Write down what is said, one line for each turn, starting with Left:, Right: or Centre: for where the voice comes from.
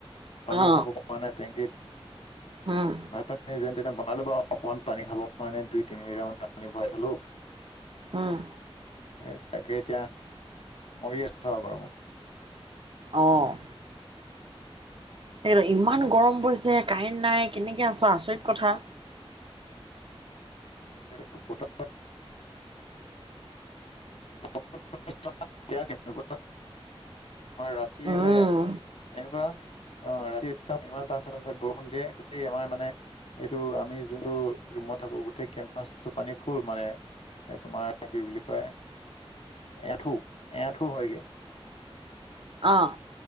Left: পানী
Right: অ
Left: উঠাব পৰা নাই টেংকীত।
Right: উম
Left: ভাত পানী যে নে বনালো বাও অকণমান পানী খাব কাৰণে দুই -তিনি লিটাৰ মান পানী ভৰাই থলো
Right: উম
Left: এ তাকে এতিয়া মৰি আছো আৰু গৰমত।
Right: অ', হেইবা ইমান গৰম পৰিছে কাৰেণ্ট নাই কেনেকে আছ আচৰিত কথা।
Left: <unintelligible> <unintelligible> আমাৰ ৰাতি
Right: উম
Left: হলে এনেকুৱা অহ, ৰাতি একদম ইমান টানচে- টানচে বৰষুণ দিয়ে গোটেই আমাৰ মানে এইটো আমি যোনটো ৰুমত থাকো গোটেই কেম্পাচটো পানী ফুল মানে এ তোমাৰ কি বুলি কয় এথু- এথু হয়গে।
Right: অহ